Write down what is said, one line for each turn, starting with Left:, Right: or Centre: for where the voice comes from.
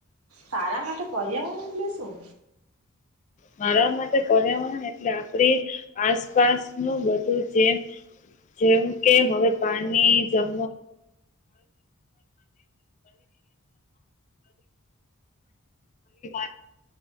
Right: તારા માટે પર્યાવરણ એટલે શું?
Left: મારા માટે પર્યાવરણ એટલે આપડી આસપાસનું બધું જે જેમ કે હવે પાની જમવા <unintelligible> <unintelligible>